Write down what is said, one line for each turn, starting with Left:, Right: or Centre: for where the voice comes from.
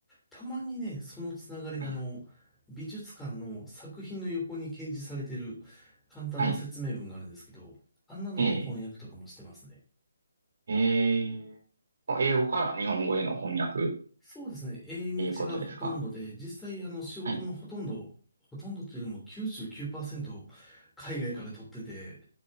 Centre: たまにね、そのつながりであの、
Right: い、
Centre: 美術館の作品の横に掲示されてる簡単な説明文があるんですけど、
Right: はい、
Centre: あんなのの翻訳とかもしてますね。
Right: えー、えー、英語から日本語への翻訳っ
Centre: そうですね。英日がほとんどで、
Right: ていうことですか
Centre: 実際あの仕事のほとんど、
Right: はい、
Centre: ほとんどというよりも99%海外から取ってて、